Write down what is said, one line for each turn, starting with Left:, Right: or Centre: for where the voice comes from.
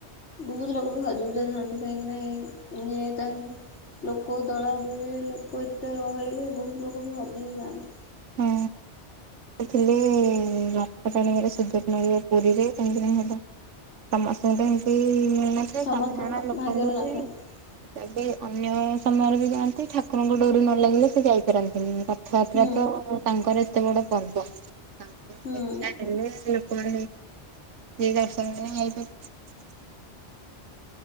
Left: ବହୁତ ଲୋକ ବି ହଜି ହୁଜା ଯାଆନ୍ତି। କାହିଁକି ନା ଏଇ ଏ ଟାଇମି ଲୋକ ଦଳା ଦୁଳି, ଲୋକ ଏତେ ଗହଳିରେ, ବହୁତ ଲୋକ ବି ହଜି ବିି ଯାଆନ୍ତି।
Right: ହୁଁ। ସେ ଥିଲେ ରଥ ଟାଣିବାରେ <unintelligible> ପୁରୀରେ, କାହିଁକିନା ହେବ ସମସ୍ତଙ୍କୁ ତ ଏମତି ମିଳିନଥାଏ,
Left: ସମସ୍ତଙ୍କ
Right: ସାଧାରଣ ଲୋକଙ୍କୁ
Left: ଭାଗ୍ୟରେ ନଥାଏ
Right: ବି ଯଦି ଅନ୍ୟ ସମୟରେ ବି ଯାଆନ୍ତି, ଠାକୁରଙ୍କ ଡୋରି ନ ଲାଗିଲେ ସେ ଯାଇପାରନ୍ତିନି। ରଥଯାତ୍ରା
Left: ହୁଁ
Right: ତ ତାଙ୍କର ଏତେ ବଡ ପର୍ବ। ତାଙ୍କର
Left: ହୁଁ।
Right: ଦେଖାହେଲେ ଲୋ <unintelligible> ଯିଏ ଦର୍ଶନ ପାଇଁ ଯାଇପାରିବେ।